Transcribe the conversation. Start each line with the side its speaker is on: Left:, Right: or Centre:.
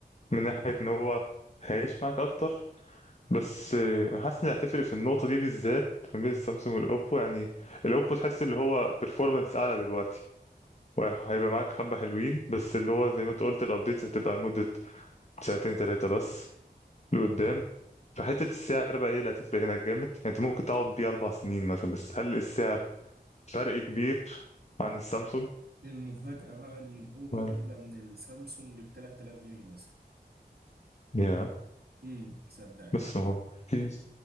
Left: من ناحية ان هو هيعيش معاك اكتر بس آه، حاسس ان هتفرق في النقطه دي بالذات ما بين السامسونج والاوبو يعني الاوبو تحس اللي هو performance اعلى دلوقتي وهيبقى معاك حبه حلوين بس اللي هو زي ما انت قلت الابديتس هتبقى لمده ساعتين ثلاثه بس لقدام فحته السعر بقى هي اللي هتفرق هنا جامد يعني انت ممكن تقعد بيه اربع سنين مثلا بس هل السعر فرق كبير عن السامسونج
Right: المفاجأة بقى ان يلقوه
Left: و-
Right: اغلى من السامسونج ب 3000 جنيه مثلا
Left: يا
Right: امم صدقني
Left: بس ما هو في